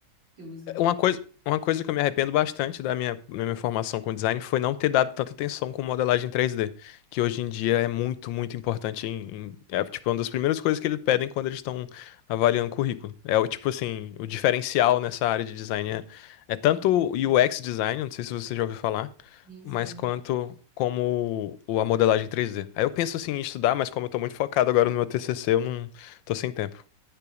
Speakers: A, on the right; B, on the left.
A: que usa.
B: Uma coisa, uma coisa que eu me arrependo bastante da minha, da minha formação com design foi não ter dado tanta atenção com modelagem três d que hoje em dia é muito, muito importante em, em- é, tipo, é uma das primeiras coisas que eles pedem quando eles estão avaliando currículo. É o tipo assim, o diferencial nessa área de design é, é tanto
A: Uhum.
B: o UX design, não sei se você já ouviu falar,
A: Enfim.
B: mas quanto como o- a modelagem três d Aí eu penso assim em estudar, mas como eu tô muito focado agora no meu TCC, eu não tô sem tempo.